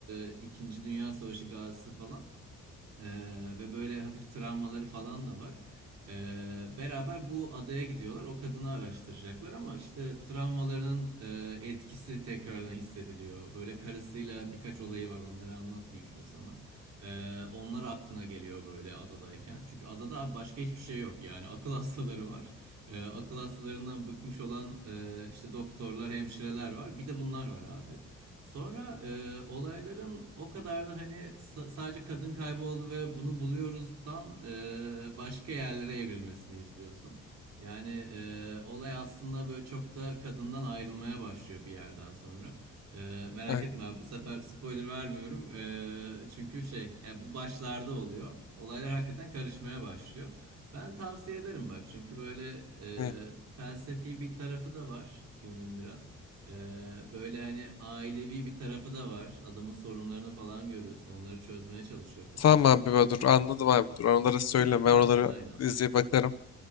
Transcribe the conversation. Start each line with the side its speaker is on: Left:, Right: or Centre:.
Right: e, İkinci Dünya Savaşı gazisi falan. Ee, ve böyle hafif travmaları falan da var. Ee, beraber bu adaya gidiyorlar. O kadını araştıracaklar ama işte travmalarının e, etkisi tekrardan hissediliyor. Böyle karısıyla birkaç olayı var. Onları anlatmayayım şimdi sana. Ee, onlar aklına geliyor böyle adadayken. Çünkü adada başka hiçbir şey yok. Yani akıl <laughs> hastaları var. Ee, akıl hastalarından bıkmış olan e, işte doktorlar, hemşireler var. Bir de bunlar var abi. Sonra e, olayların o kadar da hani sa- sadece kadın kayboldu ve bunu buluyoruzdan e, başka yerlere evrilmesini izliyorsun. Yani e, olay aslında böyle çok da kadından ayrılmaya başlıyor bir yerden sonra. E, merak
Left: Aynen.
Right: etme abi, bu sefer spoiler vermiyorum. E, çünkü şey ya bu başlarda oluyor. Olaylar hakikaten karışmaya başlıyor. Ben tavsiye ederim bak çünkü böyle
Left: Ne?
Right: e, felsefi bir tarafı da var filmin biraz. Ee, böyle hani ailevi bir tarafı da var. Adamın sorunlarını falan görüyorsun. Onları çözmeye çalışıyor kafasında.
Left: Tamam abi ben dur. Anladım abi dur. Onlara söyleme.
Right: Bir bakarsın
Left: Ben oraları
Right: aynen.
Left: izleyip bakarım.